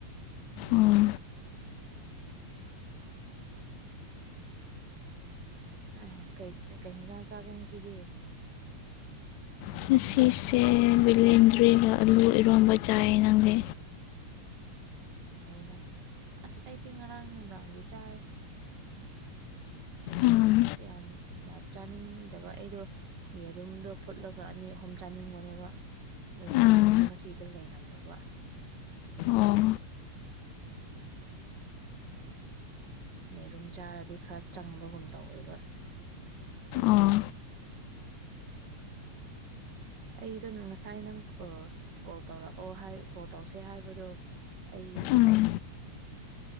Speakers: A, on the left (about 80°); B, on the right (about 50°).
A: ꯑꯥ
B: ꯑꯦ ꯀꯩ ꯍꯦꯟꯖꯥꯡ ꯆꯥꯒꯦ ꯉꯁꯤꯗꯤ
A: ꯉꯁꯤꯁꯦ ꯕꯤꯂꯦꯟꯗ꯭ꯔꯤꯒ ꯑꯂꯨ ꯏꯔꯣꯟꯕ ꯆꯥꯏ ꯅꯪꯗꯤ
B: ꯑ ꯍꯣꯏꯅ ꯑꯁ ꯑꯩꯗꯤ ꯉꯔꯥꯡ ꯅꯨꯡꯗꯥꯡꯒꯤ ꯆꯥꯏ
A: ꯎꯝ
B: ꯀꯌꯥꯝ ꯆꯥꯅꯤꯡꯗꯕ ꯑꯩꯗꯣ ꯌꯦꯔꯨꯝꯗꯣ ꯐꯨꯠꯂꯒ ꯑꯅꯤ ꯑꯍꯨꯝ ꯆꯥꯅꯤꯡꯕꯅꯦꯕ ꯑꯗꯨ ꯗꯨꯀꯥꯟꯗꯣ
A: ꯎꯝ
B: ꯉꯁꯤꯗꯣ ꯂꯩꯔꯝꯗꯕ
A: ꯑꯣ
B: ꯌꯦꯔꯨꯝ ꯆꯥꯔꯗꯤ ꯈꯔ ꯆꯪꯕꯒꯨꯝ ꯇꯧꯋꯦꯕ
A: ꯑꯣ
B: ꯑꯩꯗꯣ ꯉꯁꯥꯏ ꯅꯪ ꯀꯣꯜ ꯇꯧꯔꯛꯑꯣ ꯀꯣꯜ ꯇꯧꯁꯦ ꯍꯥꯏꯕꯗꯣ ꯑꯩ
A: ꯎꯝ